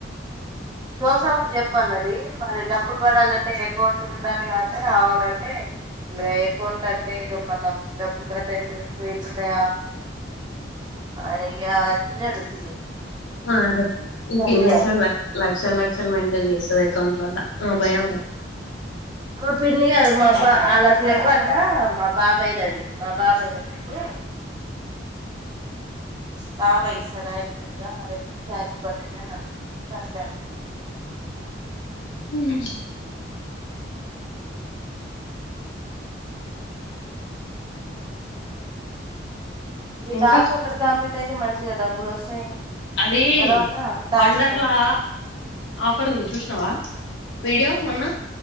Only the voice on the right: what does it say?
జోసఫ్ కు చెప్పు అన్న అది మరి డబ్బులు పడాలంటే అకౌంట్ ఉండాలిగా అంటే అవునంటే ఇక అకౌంట్ అంటే ఇక మనం డబ్బులు కట్ అయితే ఫేక్ ఉంటాయ అ నయ్య అన్నడు <unintelligible>
సర్లే
అని
మా పిన్ని కాదు మా భా ఆళ్లకి లేవ్వంట మా బాబాయ్ది అది మా బాబాయ్ ది అయితే బభై సడ ఏడుగా <unintelligible> శాలి బడిదే అంతకు చర్లి అంత <unintelligible>
ఈ
టాస్క్ ఒకటి కంప్లీట్ అయితే మంచిగా డబ్బులు వస్తాయి
తర్వాత టాస్క్
నుంచి